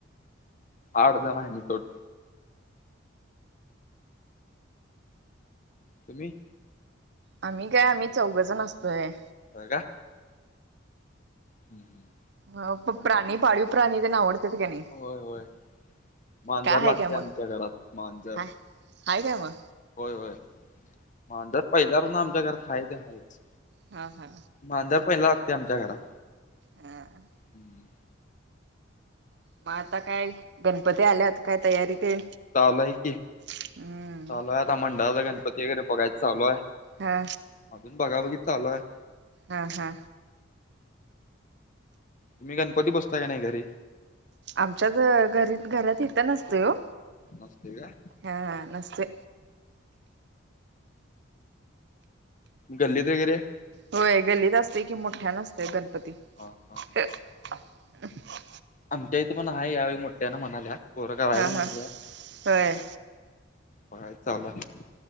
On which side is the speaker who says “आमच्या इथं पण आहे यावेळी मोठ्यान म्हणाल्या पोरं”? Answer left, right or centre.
Left